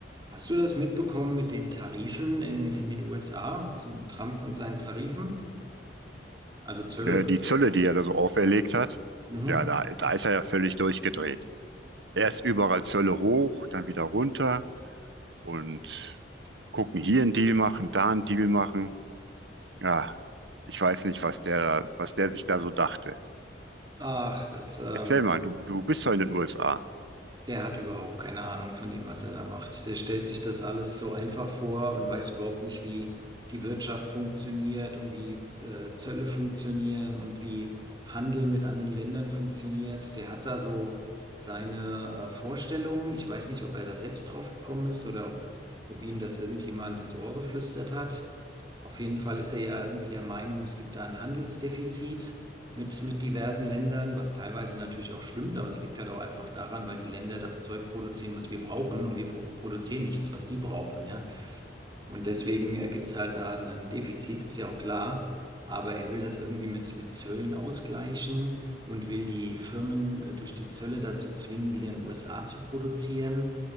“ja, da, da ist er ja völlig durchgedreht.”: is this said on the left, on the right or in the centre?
Right